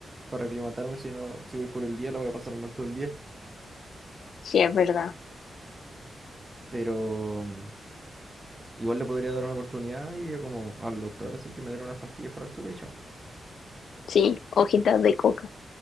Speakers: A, on the right (about 20°); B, on the left (about 75°).
A: para aclimatarme. Si no, si voy por el día, la voy a pasar mal todo el día.
B: Sí, es verdad.
A: Pero mm, igual le podría dar una oportunidad y iría como al doctor, así que me den unas pastillas para altura y chao.
B: Sí, hojitas de coca.